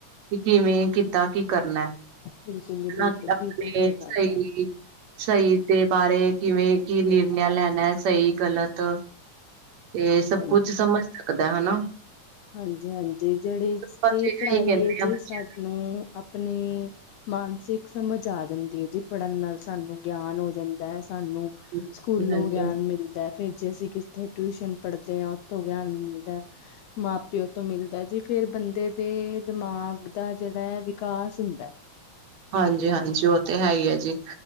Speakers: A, on the right; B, on the left.
A: ਕਿ ਕਿਵੇਂ ਕਿੱਦਾਂ ਕੀ ਕਰਨਾ
B: ਬਿਲਕੁ ਜੀ
A: ਉਹਨਾਂ
B: ਬਿਲਕੁਲ
A: ਦੇ ਆਪਣੇ
B: ਬਿਲਕੁਲ
A: ਸਹੀ
B: ਗੱਲ ਹੈ
A: ਸਹੀ ਦੇ ਬਾਰੇ ਕਿਵੇਂ ਕੀ ਨਿਰਣਿਆ ਲੈਣਾ ਹੈ ਸਹੀ ਗਲਤ ਤੇ ਸਭ
B: ਹਾਂਜੀ
A: ਕੁਛ ਸਮਝ ਸਕਦਾ ਹਨਾ
B: ਹਾਂਜੀ ਹਾਂਜੀ ਜਿਹੜੀ
A: ਬਸ
B: ਜ
A: ਇਹੀ
B: ਪੜ੍ਹਾਈ
A: ਕਹਿੰਦੇ
B: ਹੈ ਜੇ
A: ਆ ਬੱਚਿਆਂ
B: ਸਾਨੂੰ ਆਪਣੇ ਮਾਨਸਿਕ ਸਮਝ ਆ ਜਾਂਦੀ ਹੈ ਜੀ ਪੜ੍ਹਨ ਨਾਲ ਸਾਨੂੰ ਗਿਆਨ ਹੋ ਜਾਂਦਾ ਹੈ ਸਾਨੂੰ
A: ਨੂੰ।
B: ਸਕੂਲੋਂ
A: ਹਾਂਜੀ ਹਾਂਜੀ
B: ਗਿਆਨ ਮਿਲਦਾ ਫੇਰ ਜੇ ਅਸੀਂ ਕਿੱਥੇ ਟਿਊਸ਼ਨ ਪੜ੍ਹਦੇ ਹਾਂ ਤੋਂ ਗਿਆਨ ਮਿਲਦਾ ਮਾਂ ਪਿਓ ਤੋਂ ਮਿਲਦਾ ਜੀ ਫੇਿਰ ਬੰਦੇ ਦੇ ਦਿਮਾਗ ਦਾ ਜਿਹੜਾ ਹੈ ਵਿਕਾਸ ਹੁੰਦਾ
A: ਹਾਂਜੀ ਹਾਂਜੀ ਉਹ ਤੇ ਹੈ ਹੀ ਹੈ ਜੀ